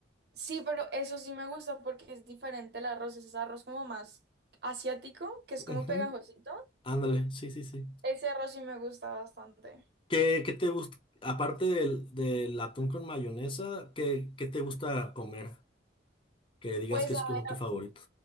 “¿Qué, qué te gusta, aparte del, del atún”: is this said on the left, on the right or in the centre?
Left